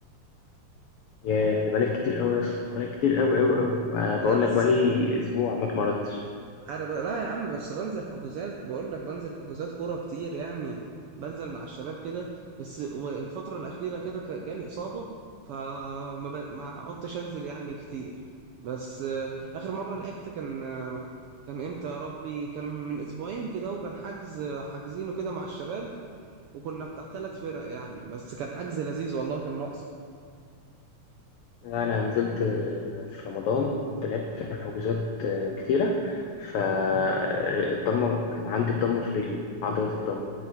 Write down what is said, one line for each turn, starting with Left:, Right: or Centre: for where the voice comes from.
Left: ياه ده بقالك كتير أوي يا اسطى بقالك كتير أوي أوي أوي آه، بقول
Right: لا بس
Left: لك بقالي أسبوع ما اتمرنتش
Right: انا ب... لا يا عم بس بنزل حجوزات بقول لك بنزل حجوزات كوره كتير يعني بنزل مع الشباب كده بس و- الفتره الاخيره كده ك- جالي اصابه فما ب... ما عدتش انزل يعني كتير بس آه، اخر مره لعبت كان آه، كان امتى يا ربي كان من اسبوعين كده وكان حجز حاجزينه كده مع الشباب وكنا بتاع ثلاث فرق يعني بس كان حجز لذيذ والله كان ناقصك
Left: أنا نزلت آه، في رمضان كنت لعبت حجوزات آه، كتيرة فالضمة كان عندي الضمة في رجلي عضلة الضمة